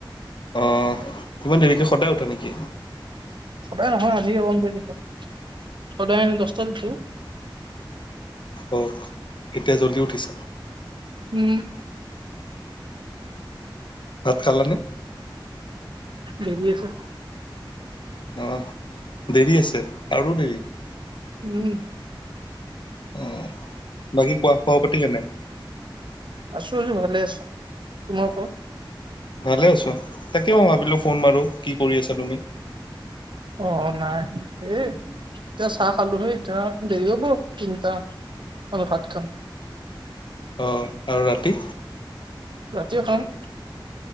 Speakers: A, on the left; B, on the right.
A: অ', ইমান দেৰিকে সদায় উঠা নেকি?
B: সদায় নহয় আজি অলপ দেৰি হল, সদায় দহটাট উঠো।
A: অ', এতিয়া জল্দি উঠিছ?
B: উম।
A: ভাত খালা নে?
B: দেৰি আছে।
A: অ', দেৰি আছে, আৰু দেৰি?
B: উম।
A: অ', বাকী কোৱা, খবৰ পাতি কেনে?
B: আছোঁ-আছোঁ, ভালে আছোঁ। তোমাৰ কুৱা?
A: ভালে আছোঁ। তাকে মই ভাবিলোঁ ফোন মৰোঁ, কি কৰি আছা তুমি?
B: অ, নাই। এই এতিয়া চাহ খালোহে এতিয়া দেৰি হ'ব তিনিটা ভাত খাম।
A: অ', আৰু ৰাতি?
B: ৰাতিও খাম।